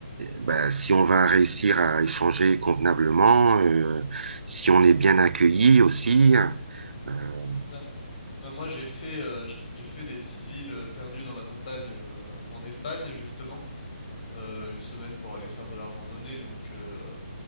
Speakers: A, on the right; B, on the left.
A: ben, si on va réussir à échanger convenablement, euh, si on est bien accueilli aussi. Euh,
B: Bah, bah, moi, j'ai fait, euh, j- j'ai fait des petites villes euh, perdues dans la montagne euh, en Espagne, justement, euh, une semaine pour aller faire de la randonnée, donc euh,